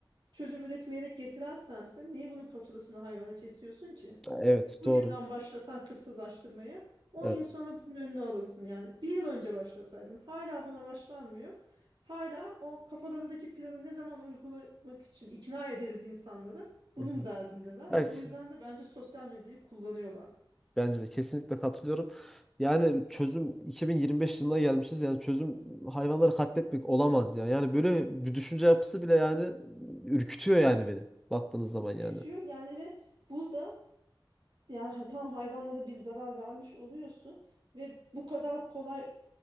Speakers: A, on the right (about 65°); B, in the centre.
A: çözüm üretmeyerek getiren sensin. Niye bunun faturasını hayvana kesiyorsun ki?
B: evet
A: Bugünden
B: doğru.
A: başlasan kısırlaştırmaya, on
B: Evet.
A: yıl sonra bunun önünü alırsın. Yani bir yıl önce başlasaydın, hala buna başlanmıyor. Hala o kafalarındaki planı ne zaman uygulamak için ikna ederiz insanları bunun
B: Hı hı.
A: derdindeler
B: Ya,
A: ve
B: işte
A: bu yüzden de bence sosyal medyayı kullanıyorlar.
B: bence de kesinlikle katılıyorum. Yani çözüm 2025 yılına gelmişiz. Yani çözüm hayvanları katletmek olamaz ya. Yani böyle bir düşünce yapısı bile yani ürkütüyor yani beni baktığınız zaman
A: ürkütüyor
B: yani.
A: yani ve burada yani ha- tam hayvanla da bir zarar vermiş oluyorsun ve bu kadar kolay